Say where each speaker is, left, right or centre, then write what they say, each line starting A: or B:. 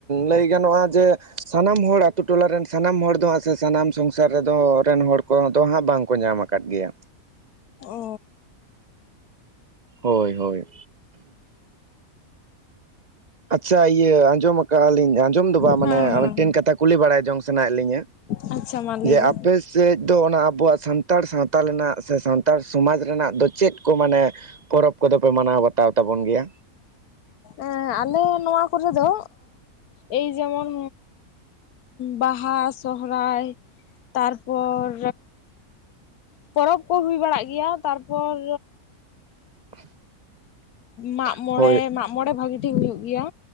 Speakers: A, on the right; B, on the left.
A: ᱞᱟᱹᱭ ᱜᱟᱱᱚᱜᱼᱟ ᱡᱮ ᱥᱟᱱᱟᱢ ᱦᱚᱲ ᱟᱛᱳ ᱴᱚᱞᱟ ᱨᱮᱱ ᱥᱟᱱᱟᱢ ᱦᱚᱲ ᱫᱚ ᱦᱟᱸᱜ ᱥᱮ ᱥᱟᱱᱟᱢ ᱥᱚᱝᱥᱟᱨ ᱨᱮᱫᱚ ᱨᱮᱱ ᱦᱚᱲ ᱠᱚᱫᱚ ᱦᱟᱸᱜ ᱵᱟᱝᱠᱚ ᱧᱟᱢ ᱟᱠᱟᱫ ᱜᱮᱭᱟ᱾
B: ᱚᱻ
A: ᱦᱳᱭ ᱦᱳᱭ ᱟᱪᱪᱷᱟ ᱤᱭᱟᱹ ᱟᱸᱡᱚᱢ ᱟᱜᱼᱟ ᱞᱤᱧ ᱟᱸᱡᱚᱢ ᱫᱚ ᱵᱟᱝ
B: ᱦᱮᱸ
A: ᱢᱟᱱᱮ
B: ᱦᱮᱸ
A: ᱢᱤᱫᱴᱮᱱ ᱠᱟᱛᱷᱟ ᱠᱩᱞᱤ ᱵᱟᱲᱟᱭ ᱡᱚᱝ ᱥᱟᱱᱟᱭᱮᱫ ᱞᱤᱧᱟᱹ?
B: ᱟᱪᱪᱷᱟ ᱢᱟ ᱞᱟᱹᱭ
A: ᱡᱮ
B: ᱵᱤᱱ
A: ᱟᱯᱮ ᱥᱮᱫ ᱫᱚ ᱚᱱᱟ ᱟᱵᱚᱣᱟᱜ ᱥᱟ ᱛᱟᱲ ᱥᱟᱶᱛᱟ ᱨᱮᱱᱟᱜ ᱥᱮ ᱥᱟᱱᱛᱟᱲ ᱥᱚᱢᱟᱡᱽ ᱨᱮᱱᱟᱜ ᱫᱚ ᱪᱮᱫ ᱠᱚ ᱢᱟᱱᱮ, ᱯᱚᱨᱚᱵᱽ ᱠᱚᱫᱚ ᱯᱮ ᱢᱟᱱᱟᱣ ᱵᱟᱛᱟᱣ ᱛᱟᱵᱚᱱ ᱜᱮᱭᱟ?
B: ᱟ ᱟᱞᱮ ᱱᱚᱣᱟ ᱠᱚᱨᱮ ᱫᱚ ᱮᱭ ᱡᱮᱢᱚᱱ, ᱵᱟᱦᱟ, ᱥᱚᱦᱨᱟᱭ ᱛᱟᱨᱯᱚᱨ ᱯᱚᱨᱚᱵᱽ ᱠᱚ ᱦᱩᱭ ᱵᱟᱲᱟᱜ ᱜᱮᱭᱟ, ᱛᱟᱨᱯᱚᱨ
A: <inaudible>
B: ᱢᱟᱜ ᱢᱚᱲᱮ
A: ᱦᱳᱭ
B: ᱢᱟᱜ ᱢᱚᱲᱮ ᱵᱷᱟᱹᱜᱤ ᱴᱷᱤᱠ ᱦᱩᱭᱩᱜ ᱜᱮᱭᱟ᱾